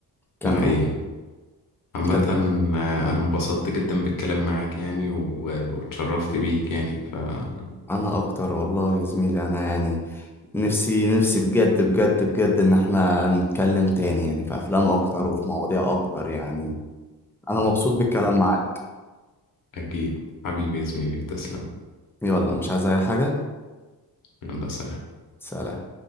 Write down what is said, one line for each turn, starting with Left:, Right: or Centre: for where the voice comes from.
Centre: كان
Left: ده حقيقي عامة
Centre: كان
Left: آه، أنا انبسطت جدا بالكلام معاك يعني و- واتشرفت بيك يعني فأكيد
Centre: أنا أكتر والله يا زميلي أنا يعني نفسي نفسي بجد بجد بجد إن إحنا نتكلم تاني يعني في أفلام أكتر وفي مواضيع أكتر يعني أنا مبسوط بالكلام معاك
Left: أكيد حبيبي يا زميلي تسلم
Centre: يلا مش عايز أي حاجة
Left: يلا سلام
Centre: سلام